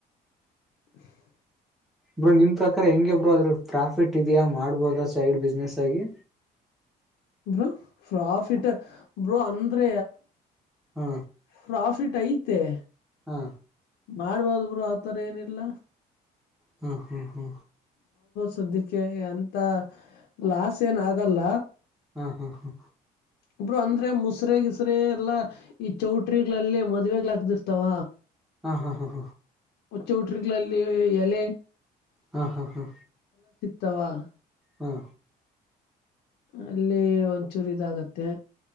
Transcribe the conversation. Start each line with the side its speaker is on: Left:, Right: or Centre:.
Left: <unintelligible>
Centre: ಬ್ರೋ ನಿಮ್ ಪ್ರಕಾರ ಹೆಂಗಗೆ ಬ್ರೋ ಅದ್ರಲ್ಲಿ ಪ್ರಾಫಿಟ್ ಇದ್ಯಾ ಮಾಡ್ಬೋದ ಸೈಡ್ ಬಿಸ್ನೆಸ್ ಆಗಿ
Left: ಬ್ರೂ ಪ್ರಾಫಿಟ್ ಬ್ರೋ ಅಂದ್ರ
Centre: ಹಾ
Left: ಪ್ರಾಫಿಟ್ ಐತೆ
Centre: ಹಾ
Left: ಮಾಡಬಹುದುಬ್ರೋ ಆತರ ಏನಿಲ್ಲ
Centre: ಹ್ಮ ಹ್ಮ ಹ್ಮ
Left: ಸದ್ಯಕೆ ಅಂತ ಲಾಸ್ ಏನ ಆಗಲ್ಲ
Centre: ಹಾ ಹಾ ಹಾ
Left: ಇಬ್ರು ಅಂದ್ರೆ ಮುಸ್ರಗಿಸ್ರ ಎಲ್ಲಾ ಈ ಚೌಟ್ರಿಗಳಲ್ಲೇ ಮದುವೆಗ್ಗಳಾಗದಿರ್ತಾವ
Centre: ಹಾ ಹಾ ಹಾ ಹಾ
Left: ಚೌಟ್ರಿಗಳಲ್ಲಿ ಎಲೆ
Centre: ಹಾ ಹಾ ಹಾ
Left: ತವಾ
Centre: ಹಾ
Left: ಅಲ್ಲಿ ಒಂಚೂರು ಇದಾಗತ್ತೆ